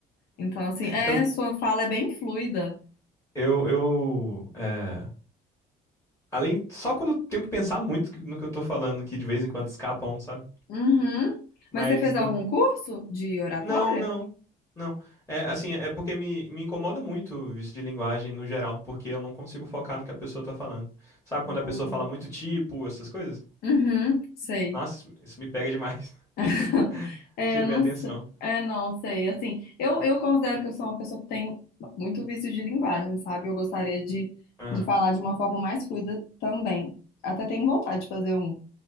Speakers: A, on the left; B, on the left.
A: Então, assim, é,
B: Eu,
A: sua fala é bem fluida.
B: eu, eu é, além, só quando eu tenho que pensar muito no que eu tô falando, que de vez em quando escapa um, sabe?
A: Uhum.
B: Mas
A: Mas você fez
B: no,
A: algum curso de oratória?
B: Não, não. Não. É assim, é porque me, me incomoda muito o vício de linguagem no geral, porque eu não consigo focar no que a pessoa tá falando. Sabe quando
A: Hum.
B: a pessoa fala muito tipo, essas coisas?
A: Uhum, sei.
B: Nossa, isso, isso me pega demais.
A: <laughs>
B: <laughs>
A: É,
B: Tira
A: não
B: minha atenção.
A: sei. É, não sei. Assim, eu, eu considero que eu sou uma pessoa que tem muito vício de linguagem, sabe? Eu gostaria de,
B: Aham.
A: de falar de uma forma mais fluida também. Até tenho vontade de fazer um,